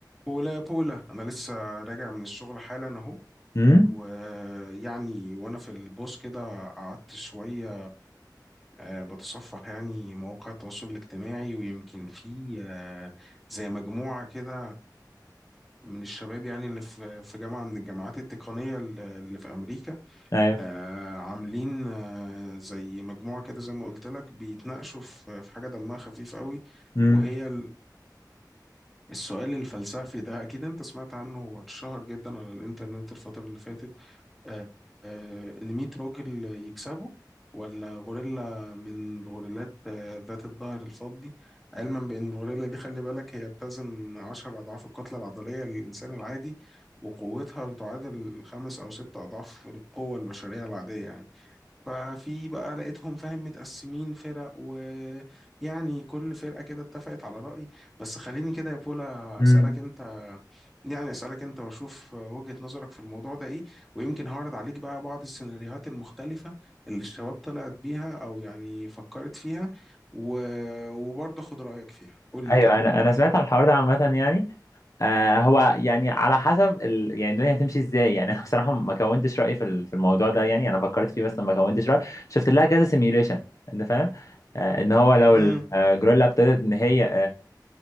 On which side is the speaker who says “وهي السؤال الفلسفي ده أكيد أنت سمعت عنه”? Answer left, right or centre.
Centre